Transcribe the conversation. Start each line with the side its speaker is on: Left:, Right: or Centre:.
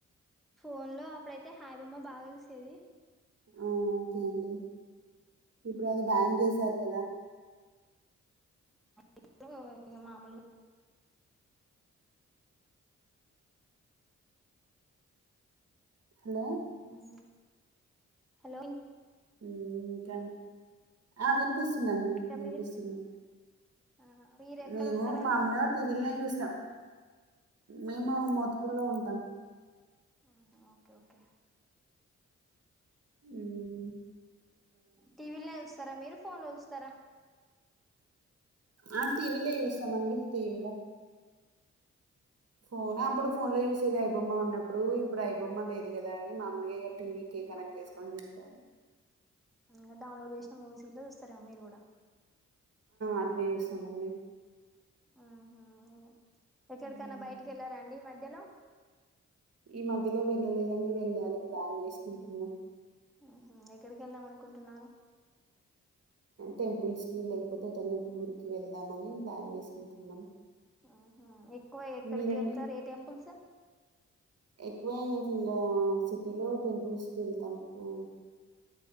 Centre: ఫోన్ లో అప్పుడైతే హాయిబోమ్మ బాగా చూసేది
Right: ఊ ఓకే అండి ఇప్పుడు అది బ్యాన్ చేశారు కదా
Centre: ఇప్పు మామూలుగా
Right: బ్లాంక్ హలో
Centre: ఉ హలొ
Right: హ్మ్ ఇంకా అవి పిస్తుదండి
Centre: ఇంకా
Right: వినిపిస్తుంది
Centre: మీరు ఆ మీరు ఎక్కడ
Right: మేము
Centre: ఉంటారండి
Right: మామూలుగా టీవీలనే చూ త్ మేము మోతుకులో ఉంటాం
Centre: ఉహు ఓకే ఓకే
Right: హ్మ్మ్
Centre: టీవీలో చూస్తారా మీరు ఫోన్లో చూస్తారా
Right: ఆ టీవీలే చూస్తామండి టీవీలో ఫోన్ అప్పుడు ఫోన్ లో యూస్ ఐబొమ్మ ఉన్నప్పుడు ఇప్పుడు ఐబొమ్మ లేదు గాదా అండి మాములుగా ఇగా టీవీకె కనెక్ట్ చేసుకొని చూస్తాం బ్లాంక్
Centre: ఇంగ డౌన్లోడ్ చేసిన మూవీస్ గిట్ల చూస్తారేమో మీరు కూడా
Right: అట్నే చూస్తామండి
Centre: ఆహా ఎక్కడికన్నా
Right: హ్మ్.
Centre: బయటికి వెళ్లారా అండి ఈ మధ్యలో
Right: ఈ మధ్యలో వెళ్ళలేదండి వెళ్ళాలి ప్లాన్ చేసుకుంటున్నాం
Centre: ఆహా ఎక్కడికి వెళదాం అనుకుంటున్నారు
Right: టెంపుల్స్ కి లేకపోతే ఎదనా టూర్ కి వెళ్దామని ప్లాన్ చేసుకుంటున్నాం.
Centre: ఉహు ఎక్కువ ఎక్కడికి
Right: మీరండి?
Centre: వెళ్తారు ఏ టెంపుల్స్?
Right: ఎక్కువ ఇంగా సిటీలో టెంపుల్స్కి వెళ్తాం అ